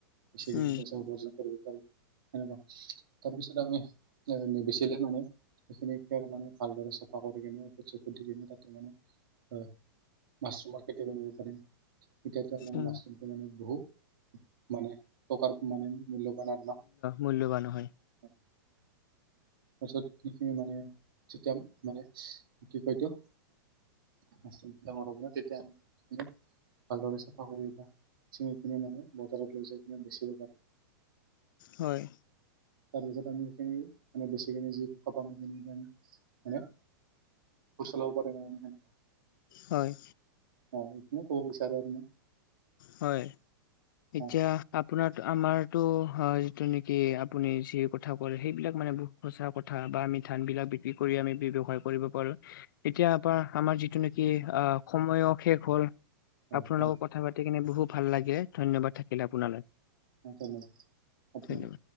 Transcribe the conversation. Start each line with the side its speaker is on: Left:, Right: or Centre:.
Right: সেইখিনি
Left: উম
Right: পইচা উপাৰ্জন কৰিব পাৰি, তেনেকুৱা। তাৰপিছত আমি, নে নেবেচিলে মানে সেইখিনি খেৰ মানে ভালদৰে চফা কৰি কিনে ওপ চকুত দি কিনে তাতে মানে অ মাছৰুমৰ খেতি কৰিব পাৰিম এতিয়াতো আ
Left: উম
Right: মাছৰুমটো মানে বহু মানে টকাৰ মানে মূল্যবান আৰু ন।
Left: মূল্যবান হয়।
Right: হয়। পাছত সেইখিনি মানে চতিয়াম মানে কি কয় এটো মাছৰুমটো ডাঙৰ হব ন তেতিয়া আনি ভালদৰে চাফা কৰি চিঙি কিনে মানে বজাৰত লৈ যাই কিনে বেচিব পাৰিম।
Left: হয়।
Right: তাৰপিছত আমি এই খিনি মানে বেচি কিনে যি টকা সেইখিনি আমি মানে ঘৰ চলাব পাৰিম আৰু হয় নাই।
Left: হয়।
Right: অ এইখিনে ক'ব বিচাৰো আৰু মই।
Left: হয়, এতিয়া
Right: অ',
Left: আপোনাৰ আমাৰ টো হয়, যিটো নেকি আপুনি যি কথা ক'লে সেইবিলাক মানে সচা কথা বা আমি ধান বিলাক বিক্ৰী কৰি আমি ব্যৱসায় কৰিব পাৰো। এতিয়া পা আমাৰ যিটো নেকি আহ সময়ো শেষ হ'ল।
Right: হয়,
Left: আপোনাৰ
Right: হয়,
Left: লগত কথা পাতি কিনে বহুত ভাল লাগে। ধন্যবাদ থাকিলে আপোনালৈ।
Right: অ ধন্যবাদ আপোনালৈ।
Left: ধন্যবাদ।